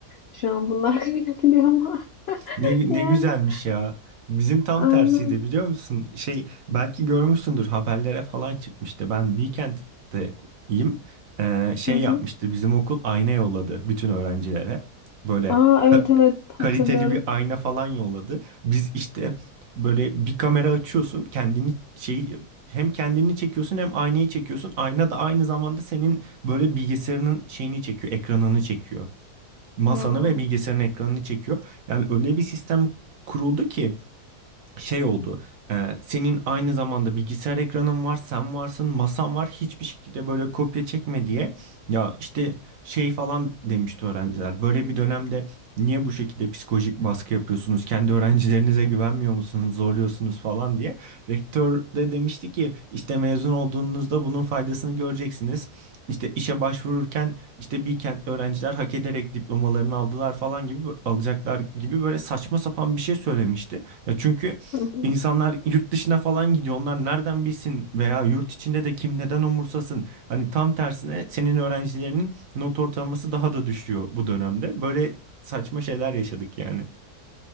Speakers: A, on the left; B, on the right.
A: Şu an bunlar <laughs> kaybediliyor ama. <laughs>
B: Ne,
A: Yani
B: ne güzelmiş ya. Bizim tam
A: aynen.
B: tersiydi biliyor musun? Şey belki görmüşsündür haberlere falan çıkmıştı. Ben Weekend'deyim. Ee, şey
A: Hı hı.
B: yapmıştı bizim okul ayna yolladı bütün öğrencilere. Böyle
A: Aa
B: ka-
A: evet evet hatırlıyorum.
B: kaliteli bir ayna falan yolladı. Biz işte böyle bir kamera açıyorsun kendini şey hem kendini çekiyorsun hem aynayı çekiyorsun. Ayna da aynı zamanda senin böyle bilgisayarının şeyini çekiyor, ekranını çekiyor masanı
A: Wow.
B: ve bilgisayarın ekranını çekiyor. Yani öyle bir sistem kuruldu ki şey oldu. e, senin aynı zamanda bilgisayar ekranın var, sen varsın, masan var. Hiçbir şekilde böyle kopya çekme diye. Ya işte şey falan demişti öğrenciler. Böyle bir dönemde niye bu şekilde psikolojik baskı yapıyorsunuz? Kendi öğrencilerinize güvenmiyor musunuz? Zorluyorsunuz falan diye. Rektör de demişti ki işte mezun olduğunuzda bunun faydasını göreceksiniz. İşte işe başvururken işte Bilkentli öğrenciler hak ederek diplomalarını aldılar falan gibi alacaklar gibi böyle saçma sapan bir şey söylemişti. Ya çünkü
A: Hı hı.
B: İnsanlar yurt dışına falan gidiyor. Onlar nereden bilsin veya yurt içinde de kim neden umursasın? Hani tam tersine senin öğrencilerinin not ortalaması daha da düşüyor bu dönemde. Böyle saçma şeyler yaşadık yani.